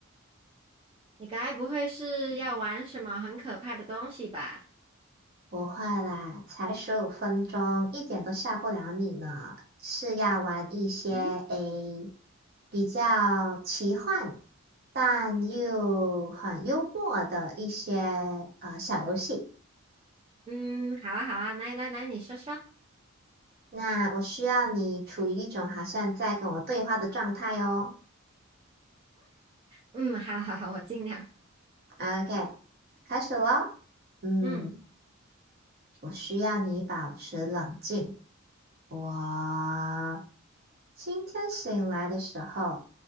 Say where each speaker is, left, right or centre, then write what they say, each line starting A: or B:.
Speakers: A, on the right (about 25°); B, on the right (about 50°).
A: 你该不会是要玩什么很可怕的东西吧？
B: 不会啦，才十五分钟，一点都吓不了你呢。是要玩一些诶
A: 嗯
B: 比较奇幻，但又很幽默的一些
A: 嗯
B: 呃小游戏。
A: 嗯，好啊好啊，来来来，你说说。
B: 那我需要你处于一种好像在跟我对话的状态哦。
A: 嗯，好好好，我尽量。
B: OK，开始喽。嗯，
A: 嗯
B: 我需要你保持冷静。我今天醒来的时候，